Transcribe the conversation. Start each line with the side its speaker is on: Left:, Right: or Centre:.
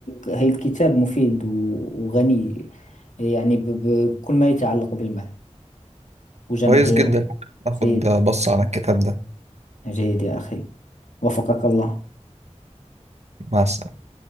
Left: هي الكتاب مفيد و- وغني يعني ب- ب- بكل ما يتعلق بالمال وجمعي
Right: كويس جدا ممكن اخد
Left: جيد
Right: بص على الكتاب ده
Left: جيد يا أخي وفقك الله
Right: مع السلامة